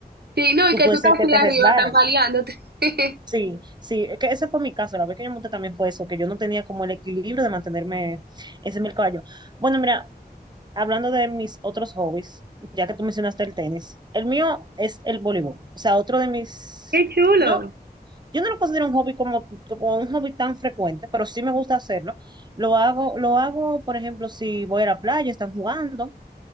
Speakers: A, on the right; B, on the right.
A: Sí, no, y
B: tú
A: que
B: puedes
A: tú estás
B: ser que
A: así
B: te
A: arriba
B: resbales
A: tambaleándote. <laughs>
B: Sí, sí, es que ese fue mi caso, la vez que yo monté también fue eso, que yo no tenía como el equilibrio de mantenerme, ese es el caballo. Bueno, mira, hablando de mis otros hobbies, ya que tú mencionaste el tenis, el mío es el voleibol, o sea, otro de mis,
A: Qué chulo.
B: no, yo no lo considero un hobby como, como un hobby tan frecuente, pero sí me gusta hacerlo. Lo hago, lo hago, por ejemplo, si voy a la playa, están jugando,